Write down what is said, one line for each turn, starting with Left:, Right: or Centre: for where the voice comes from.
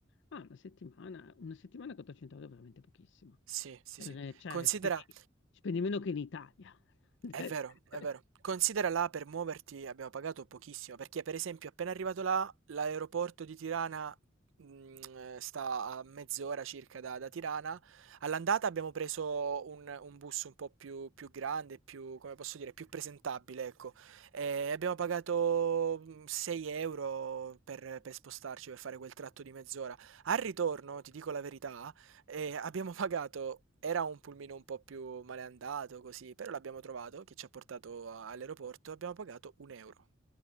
Left: Ah, una settimana, una settimana 400 euro è veramente pochissimo.
Right: Sì, sì,
Left: Eh,
Right: sì.
Left: Cioè,
Right: Considera
Left: spendi, spendi meno che in Italia. <laughs>
Right: È vero, è
Left: Eh,
Right: vero. Considera là per muoverti abbiamo pagato pochissimo, perché per esempio appena arrivato là, l'aeroporto di Tirana mm, eh, sta a mezz'ora circa da, da Tirana. All'andata abbiamo preso un, un bus un po' più, più grande, più, come posso dire, più presentabile, ecco. E abbiamo pagato mm, 6 euro per, per spostarci, per fare quel tratto di mezz'ora. Al ritorno, ti dico la verità, e abbiamo pagato, era un pulmino un po' più maleandato così, però l'abbiamo trovato, che ci ha portato a- all'aeroporto, abbiamo pagato un euro.